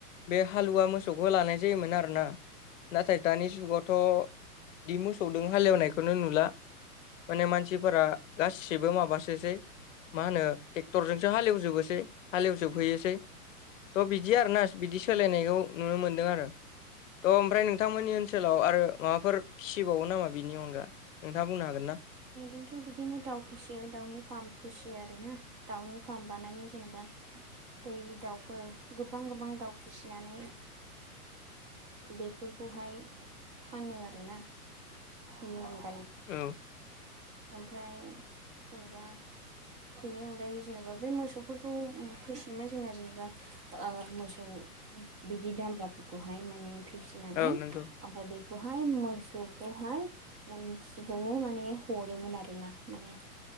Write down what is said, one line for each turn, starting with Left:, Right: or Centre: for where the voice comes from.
Left: बे हालुवा मोसौखौ लानाय जायोमोन आरो ना नाथाय दानि जुगावथ' बि मोसौदों हालेवनायखौनो नुला माने मानसिफोरा गासिबो माबासोसै मा होनो ट्रेक्टरजोंसो हालेवजोबोसै हालेवजोबहैयोसै थ' बिदि आर ना बिदि सोलायनायखौ नुनो मोनदों आरो थह ओमफ्राय नों नोंथांमोननि ओनसोलाव आरो माबाफोर फिसिबावो नामा बिनि अनगा नोंथाङा बुंनो हागोन ना?
Right: जोंथ' बिदिनो दाउ फिसियो दाउनि फार्म फिसियो आरोना दाउनि फार्म बानायो जेनेबा दै दाउफोर गोबां गोबां दाउ फिसिनानै बेफोरखौहाय फानो आरोना बेनि अनगायै
Left: औ
Right: ओमफ्राय जेन'बा बेनि अनगायै जेनेबा बे मोसौफोरखौ फिसियोमोन जोंना जेनेबा ओ मोसौ बिदि दामब्राफोरखौहाय माने फिसि फिनानै
Left: औ
Right: ओमफफाय
Left: नंगौ
Right: बेखौहाय मोसौखौहाय मानसिफोरनो माने हरोमोन आरो ना माने